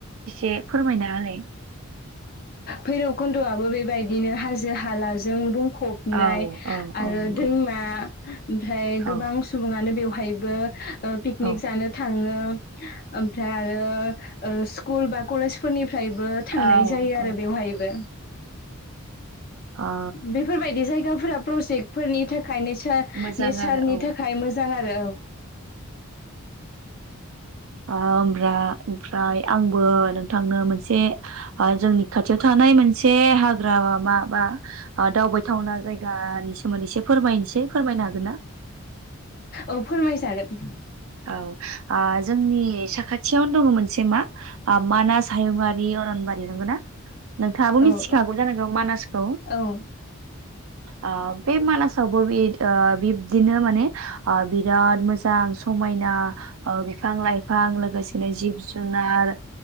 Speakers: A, on the right; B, on the left.
A: एसे फोरमायना होलाय।
B: भैरबखन्द'आबो बेबायदिनो हाजो हालाजों बुं फबनाय
A: औ औ
B: आरो
A: औ नंगौ
B: दैमा <unintelligible> ओमफ्राय
A: औ
B: गोबां सुबुङानो बेवहाय बहायबो ओ पिकनिक
A: औ
B: जानो थाङो ओमफ्राय आरो। ओ स्कुल बा कलेजफोरनि फ्रायबो थांनाय
A: औ
B: जायो
A: औ
B: आरो- बेवहायबो
A: ओ
B: बेफोरबायदि जायगा फोर प्रजेक्टफोरनि थाखाय ने
A: मोजां
B: नेचारनि
A: आरो औ
B: थाखाय मोजां आरो औ
A: हब्रा ओमफ्राय आंबो नोंथांनो मोनसे जोंनि खाथियाव थानाय मोनसे हाग्रा म मा बा दावबायथावना जायगानि सोमोन्दै एसे फोरमायनोसै फोरमायनो हागोन ना?
B: औ फोरमायजागोन-
A: औ जोंनि साखाथियावनो दङ मोनसे मा मानास हायुंङारि अरनबारि नंगौ ना नोंथाङाबो
B: औ
A: मिथिखागौ जानांगौ मानासखौ
B: औ
A: औ बे मानास <unintelligible> अ बिब्दिनो माने आं सियाल मोजां समायना बिफां लाइफां लोगोसेनो जिब जुनार